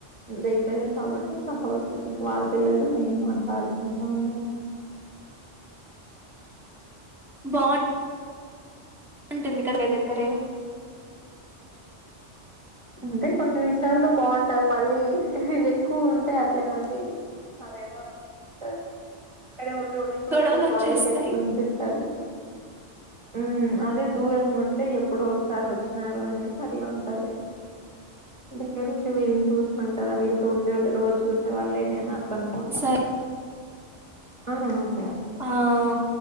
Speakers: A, on the right; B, in the centre.
A: దగ్గరే కాబట్టి ఇంకా హౌస్స్ ఇంకా వాళ్ళ పిల్లలు మేము మాట్లాడుకు అవునా
B: బాగు ఉంటుంది కదా ఒకే దగ్గరే
A: అంటే కొన్ని విమిషయాల్లో బాగుంటది మళ్ళీ ఎక్కువ ఉంటే అట్లే మళ్ళీ అదేదో త్ ఇక్కడే తుని చూసి
B: గొడవలు
A: చూసి
B: వచ్చేస్తాయి
A: వాళ్ళకి ఎట్లా అనిపిస్తది హు అదే దూరంగా ఉంటే ఎప్పుడో ఒకసారి వచ్చినారు అనేసి అట్లా ఉంటది దగ్గర ఉంటే వీళ్ చూసినం కదా వీళ్ళతో ఉండేళ్ళ రోజు చూసే వాళ్లేలేనా కనుకుంట
B: సరే
A: ఆ తా
B: ఆ